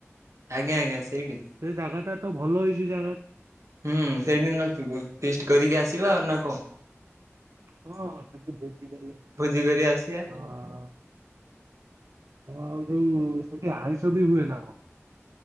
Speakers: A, on the right; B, on the right.
A: ଆଜ୍ଞା ଆଜ୍ଞା ସେଇଠି
B: ସେ ଜାଗା ଟା ତ ଭଲ ହେଇଛି ଜାଗା
A: ହୁଁ ସେଇଠି ନୁଚିବୁ ଫିଷ୍ଟି କରିକି ଆସିବା ଆଉ ନା କଣ
B: ହଁ ସିଆଡେ ଭୋଜି କରିବା
A: ଭୋଜି କରି ଆସିବା
B: ହଁ ହଁ ଆଉ ଯୋଉ ସେଇଠି ଆଇଁଷ ବି ହୁଏ ନା ଆଉ